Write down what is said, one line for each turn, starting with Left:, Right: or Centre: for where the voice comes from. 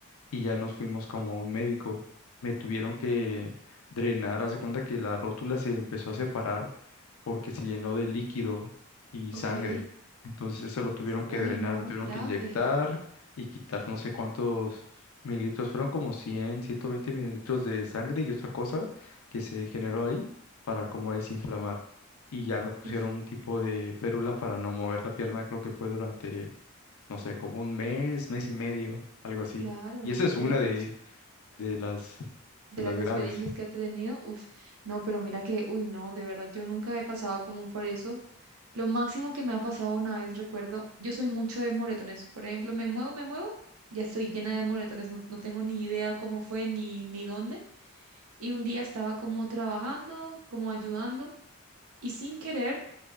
Left: y ya nos fuimos como a un médico. Me tuvieron que drenar, hace cuenta que la rótula se empezó a separar porque se llenó de líquido y
Right: ok.
Left: sangre. Entonces eso lo tuvieron que
Right: Uy,
Left: drenar,
Right: no,
Left: me tuvieron
Right: grave.
Left: que inyectar y quitar no sé cuántos mililitros, fueron como cien ciento veinte mililitros de sangre y otra cosa que se generó ahí para como desinflamar. Y ya me pusieron
Right: Uf,
Left: un tipo de férula para no mover la pierna, creo que fue durante no sé, como un mes, mes y medio, algo así.
Right: claro,
Left: Y esa es
Right: pero
Left: una
Right: por
Left: de, de las,
Right: de
Left: de las
Right: las experiencias
Left: graves.
Right: que ha tenido, uf, no, pero mira que, uy, no, de verdad, yo nunca he pasado como por eso. Lo máximo que me ha pasado una vez, recuerdo, yo soy mucho de moretones, por ejemplo, me muevo, me muevo, ya estoy llena de moretones, no, no tengo ni idea cómo fue ni, ni dónde. Y un día estaba como trabajando, como ayudando, y sin querer,